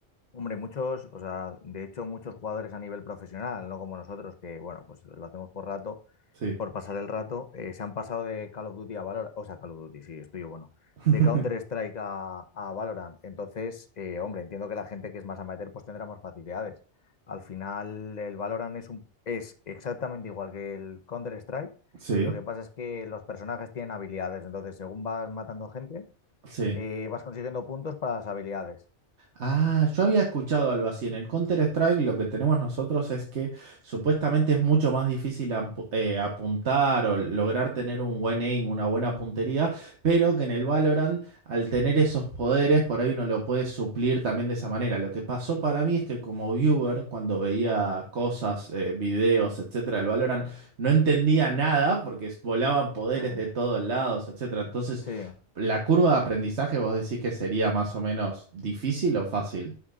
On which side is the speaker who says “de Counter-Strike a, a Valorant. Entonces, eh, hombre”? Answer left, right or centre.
Left